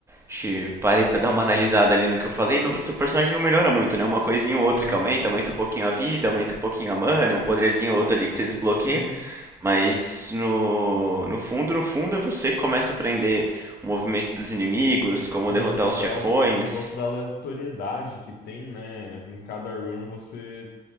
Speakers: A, on the right (about 15°); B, on the left (about 70°).
A: acho que parei pra dar uma analisada ali no que eu falei. No, seu personagem não melhora muito, né? Uma coisinha ou outra
B: É,
A: que aumenta, aumenta um pouquinho a vida, aumenta um pouquinho a mana, um poderzinho ou outro ali que você desbloqueia.
B: sim,
A: Mas no, no fundo, no fundo, é você que começa a aprender o movimento dos inimigos, como
B: sim,
A: derrotar
B: é legal.
A: os chefões.
B: Eu gosto da aleatoriedade que tem, né? Em cada run você